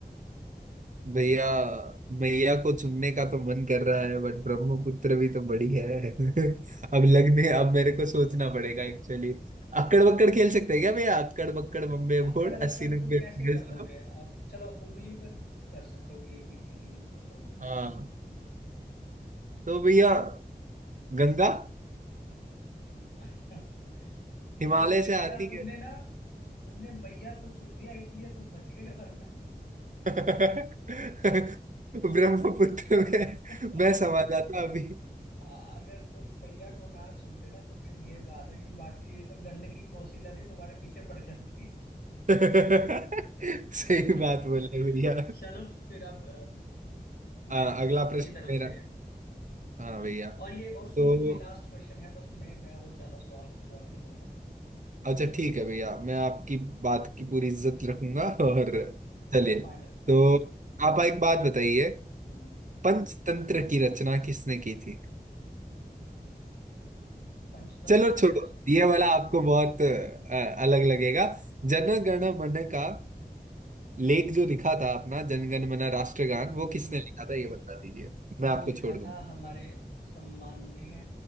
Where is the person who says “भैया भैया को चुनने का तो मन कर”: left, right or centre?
Right